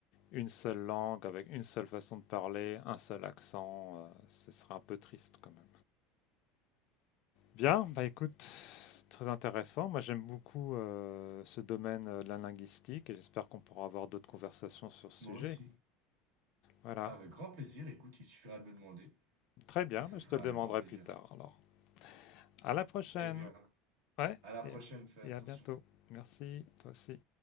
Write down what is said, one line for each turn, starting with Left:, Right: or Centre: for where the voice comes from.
Left: une seule langue avec une seule façon de parler, un seul accent, heu, ce serait un peu triste quand même. Bien, bah, écoute, c'est très intéressant. Moi, j'aime beaucoup, heu, ce domaine, heu, de la linguistique et j'espère qu'on pourra avoir d'autres conversations sur ce
Right: Moi
Left: sujet.
Right: aussi.
Left: Voilà.
Right: Avec grand plaisir, écoute, il suffira de me demander
Left: Très bien,
Right: et ce
Left: bah,
Right: sera
Left: je te le demanderai
Right: avec grand plaisir.
Left: plus tard alors. À la prochaine.
Right: Eh bien,
Left: Ouais
Right: à la prochaine,
Left: et
Right: fais attention.
Left: et à bientôt. Merci, toi aussi.